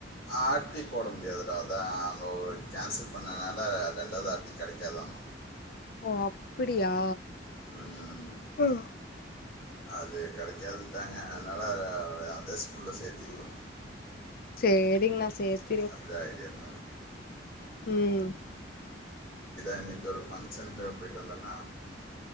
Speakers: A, on the left; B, on the left.
A: ஆர் டி போட முடியதுடா அதா அங்க ஒரு <unintelligible> பண்ணனால ரெண்டாது ஆர் டி கெடைக்கு கேதமா
B: ஓ அப்டியா
A: ம்,
B: ஓ
A: அது கெடைக்காதுன்தாங்க அதனால அ அதே ஸ்கூல்ல சேத்தக்கலா
B: செரிங்ண்ணா சேத்
A: <unintelligible>
B: ம்
A: அன்னைக்கு ஒரு ஃபங்க்ஷனுக்கு போயிட்டு வந்தேன்னா